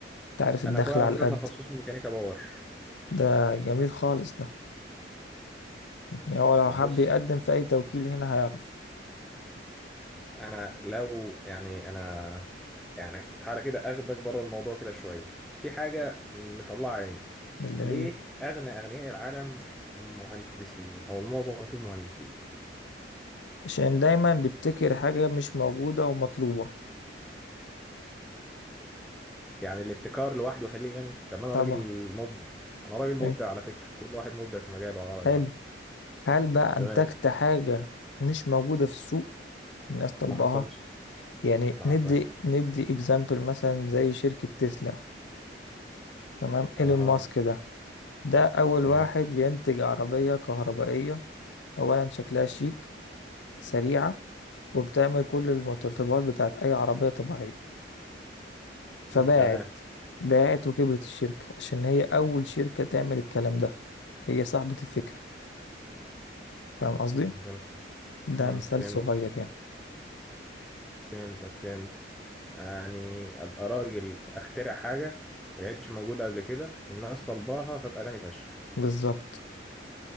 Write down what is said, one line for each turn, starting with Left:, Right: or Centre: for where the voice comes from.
Left: تعرف الدخل
Centre: انا اخويا على
Left: على
Centre: فكره
Left: القد
Centre: تخصصه ميكانيكا باور
Left: ده جميل خالص ده يعني هو لو
Centre: طب
Left: حب
Centre: بص
Left: يقدم في أي توكيل هنا هيعرف
Centre: انا لو يعني انا يعني تعالى كده اخدك بره الموضوع كده شويه في حاجه مطلعه عيني
Left: اللي هي
Centre: ليه اغنى اغنياء العالم مهندسين او المعظم فيهم مهندسين
Left: عشان دايما بيبتكر حاجة مش موجودة ومطلوبة
Centre: يعني الابتكار لوحده يخليه غني طب ما انا
Left: طبعا
Centre: راجل مبدع انا راجل مبدع
Left: حلو
Centre: على فكرة كل واحد مبدع في مجاله على رأي
Left: حلو.
Centre: واحد
Left: هل بقى
Centre: تمام
Left: أنتجت حاجة مش موجودة في السوق الناس طالباها
Centre: ما حصلش
Left: يعني
Centre: ما
Left: ندي
Centre: حصلش
Left: ندي اكزامبل مثلا زي شركة تسلا تمام
Centre: اها
Left: ايلون ماسك ده ده أول
Centre: تمام
Left: واحد ينتج عربية كهربائية أولا شكلها شيك سريعة وبتعمل كل المتطلبات بتاعت أي عربية طبيعية فباعت
Centre: امم تمام
Left: باعت وكبرت الشركة عشان هي أول شركة تعمل الكلام ده هي صاحبة الفكرة فاهم قصدي؟
Centre: مم، جامد فشخ
Left: ده
Centre: امم
Left: مثال
Centre: فهمت
Left: صغير يعني
Centre: فهمتك فهمتك يعني ابقى راجل اخترع حاجة ما كانتش موجودة قبل كده الناس طلباها فابقى غني فشخ
Left: بالظبط